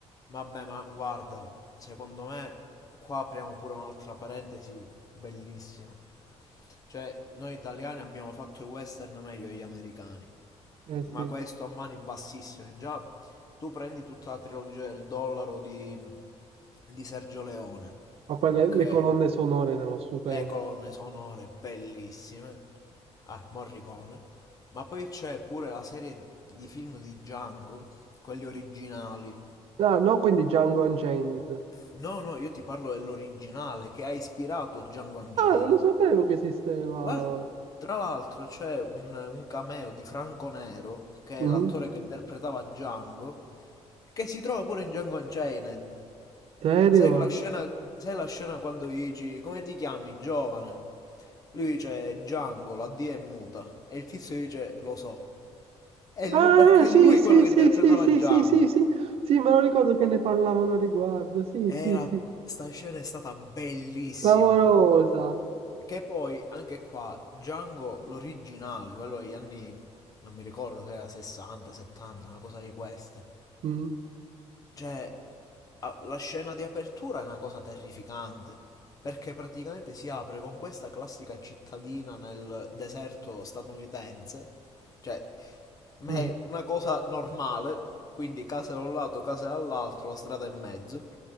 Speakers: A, on the left (about 30°); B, on the right (about 60°).
A: Vabbè, ma guarda, secondo me qua apriamo pure un'altra parentesi bellissima. Cioè, noi italiani abbiamo fatto i western meglio degli americani.
B: Eh
A: Ma
B: sì.
A: questo a mani bassissime. Già, tu prendi tutta la trilogia del dollaro di, di Sergio Leone,
B: Ma poi
A: ok?
B: le, le colonne sonore sono stupende.
A: le colonne sonore bellissime, ah, Morricone, ma poi c'è pure la serie di film di Django, quelli originali.
B: Ah, no, quindi Django Unchained.
A: No, no, io ti parlo dell'originale che ha ispirato Django Unchained.
B: Ah, non lo sapevo che esisteva.
A: Guarda, tra l'altro c'è un, un cameo di Franco Nero, che
B: Mhm.
A: è l'attore che interpretava Django, che si trova pure in Django Unchained.
B: Serio?
A: Sai quella scena, sai la scena quando gli dici come ti chiami, giovane? Lui dice Django, la D è muta. E il tizio dice lo so. È lui,
B: Ah,
A: perché
B: sì,
A: è lui
B: sì,
A: quello che
B: sì,
A: interpretava
B: sì, sì,
A: Django.
B: sì, sì, sì, sì, me lo ricordo che ne parlavano a riguardo. Sì,
A: Era,
B: sì, sì,
A: sta scena è stata bellissima.
B: clamorosa.
A: Che poi, anche qua, Django, l'originale, quello degli anni, non mi ricordo che era 60, 70, una cosa di queste.
B: Mhm,
A: Cioè, a- la scena di apertura è una cosa terrificante, perché praticamente si apre con questa classica cittadina nel deserto statunitense, cioè, ma
B: mhm,
A: è una cosa normale, quindi case da un lato, case dall'altro, la strada in mezzo,